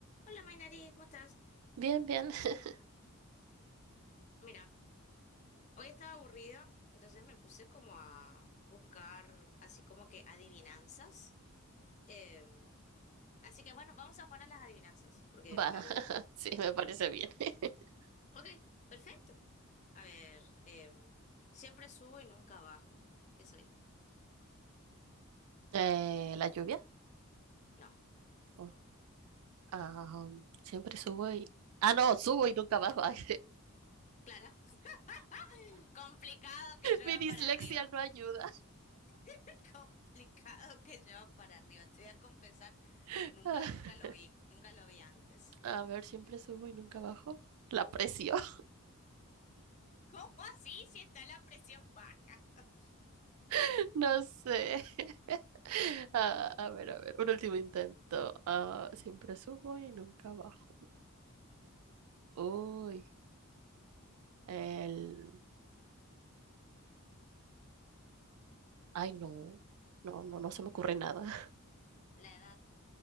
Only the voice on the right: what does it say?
Bien, bien. <laughs>
Va,
<laughs> sí, me parece bien. <laughs>
Eh, la lluvia.
Oh, ah, siempre subo y... Ah, no, subo y nunca bajo. <laughs> Ay,
Mi dislexia
no ayuda.
<laughs>
A ver, siempre subo y nunca bajo. La presión,
<laughs> no sé. <laughs> Ah, a ver, a ver, un último intento. Ah, siempre subo y nunca bajo. Uy, el... Ay, no. No, no, no se me ocurre nada.